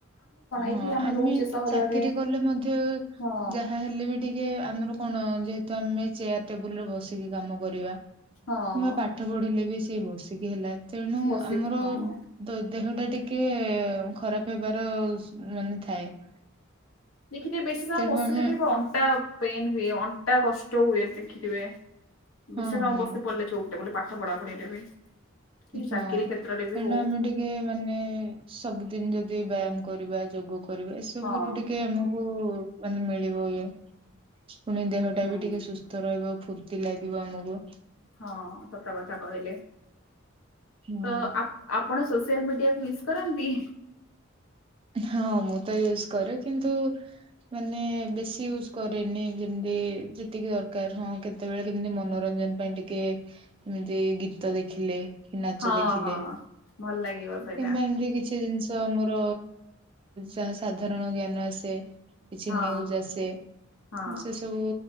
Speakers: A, on the right; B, on the left.
A: ହଁ
B: ଏଇଠି
A: ଆମେ
B: ରହୁଛେ ସହରରେ
A: ଚାକିରି କଲେ ମଧ୍ୟ
B: ହଁ
A: ଯାହା ହେଲେ ବି ଟିକେ ଆମର କଣ ଯେହେତୁ ଆମେ ଚେୟାର, ଟେବୁଲରେ ବସିକି କାମ କରିବା କିମ୍ବା
B: ହଁ
A: ପା ପାଠ ପଢିଲେ ବି ସେ ବସିକି ହେଲା ତେଣୁ
B: ବସିକି
A: ଆମର
B: ହଁ।
A: ତୋ ଦେହ ଟା ଟିକେ ଖରାପ ହେବାର ମାନେ ଥାଏ।
B: ଦେଖି ଥିବେ ବେଶୀ ସମୟ
A: ତେଣୁ
B: ବସିଲେ
A: ଆମେ
B: ବି ଅଣ୍ଟା ପେନ୍ ହୁଏ। ଅ ଅଣ୍ଟା କଷ୍ଟ ହୁଏ ଦେଖିଥିବେ
A: ହଁ
B: ବେଶୀ ସମୟ
A: ହଁ
B: ବସି ପଡିଲେ ଚଉକି ଟେବୁଲ ପାଠ ପଢା ପଢିରେ ବି। କି ଚାକିରି
A: ହଁ
B: କ୍ଷେତ୍ରରେ
A: ତେଣୁ
B: ବି ହଉ।
A: ଆମେ ଟିକେ ଇଏ ମାନେ ସବୁଦିନି ଯଦି ବ୍ୟାୟାମ କରିବା ଯୋଗ କରିବା ଏସବୁ
B: ହଁ
A: ରୁ ଟିକେ ଆମ ଫୁ ମାନେ ମିଳିବ ଇଏ ପୁଣି ଦେହଟା
B: ହୁଁ
A: ବି ଟିକେ ସୁସ୍ଥ ରହିବ ଫୁ ଏମିତି ଲାଗିବ ଆମୁକୁ।
B: ହଁ ସତ କଥା କହିଲେ ତ
A: ହଁ
B: ଆ ଆପଣ ସୋସିଆଲ ମିଡିଆକୁ ୟୁଜ୍ କରନ୍ତି?
A: ହଁ ମୁଁ ତ ୟୁଜୁ କରେ କିନ୍ତୁ ମାନେ ବେଶୀ ୟୁଜ କରେନି ଯେମିତି ଯେତିକି ଦରକାର ହଁ କେ କେତେବେଳେ କେମିତି ମନୋରଞ୍ଜନ ପାଇଁ ଟିକେ ଏମିତି ଗୀତ ଦେଖିଲେ। ନାଚ
B: ହଁ
A: ଦେଖିଲେ
B: ହଁ। ଭଲ ଲାଗିବ ସେଇଟା
A: କିମ୍ବା ଏମିତି କିଛି ଜିନିଷ। ତ ଆମର ଯାହା ସାଧାରଣ ଜ୍ଞାନ ଆସେ। କିଛି
B: ହଁ
A: ନ୍ୟୁଜୁ ଆସେ
B: ହଁ
A: ସେ ସବୁ